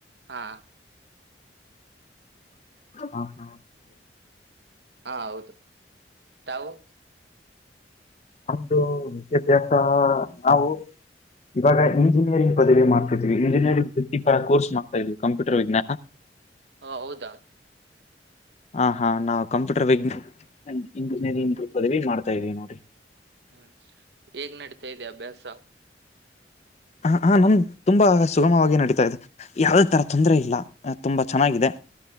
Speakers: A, on the right; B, on the left.
A: ಹಾ
B: ಹ ಹಾ
A: ಹಾ ಹೌದು ತಾವು
B: ನಮ್ದು ವಿದ್ಯಾಭ್ಯಾಸ ನಾವು ಇವಾಗ ಇಂಜಿನಿಯರಿಂಗ್ ಪದವಿ ಮಾಡ್ತಾ ಇದಿದ್ವಿ ಇಂಜಿನಿಯರಿಂಗ್ ವೃತ್ತಿಪರ ಕೋರ್ಸ್ ಮಾಡ್ತಾ ಇದ್ವಿ ಕಂಪ್ಯೂಟರ್ ವಿಜ್ಞಾನಾ
A: ಹ ಹೌದಾ
B: ಹ ಹಾ ನಾವು ಕಂಪ್ಯೂಟರ್
A: ಹ್ಮ್
B: ವಿಜ್ಞಾನ ಇಂಜಿನಿಯರಿಂಗ್ ಪದವಿ ಮಾಡ್ತಾ ಇದೀವಿ ನೋಡಿ
A: ಹ್ಮ್ ಹೇಗ್ ನಡೀತಾ ಇದೆ ಅಭ್ಯಾಸ
B: <unintelligible> ಹ ಹಾ ನಮ್ದ್ ತುಂಬಾ ಸುಗಮವಾಗಿ ನಡೀತಾ ಇದೆ ಯಾವದೇ ತರ ತೊಂದರೆ ಇಲ್ಲ ತುಂಬಾ ಚೆನ್ನಾಗಿದೆ